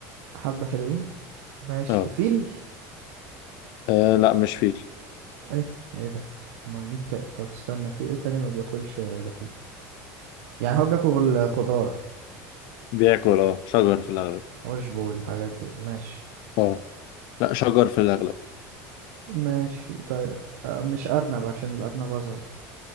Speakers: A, on the right (about 80°); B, on the left (about 65°).
A: حبة حلوين ماشي
B: اه
A: فيل
B: آه، لا مش فيل
A: ايه ايه ده امال مين تا- طب استنى في ايه تاني ما بياكلش لحوم يعني هو بياكل خضار
B: بياكل اه شجر في الأغلب
A: عشب والحاجات دي ماشي
B: اه لا شجر في الأغلب
A: ماشي طيب آه، مش ارنب عشان الارنب اصغر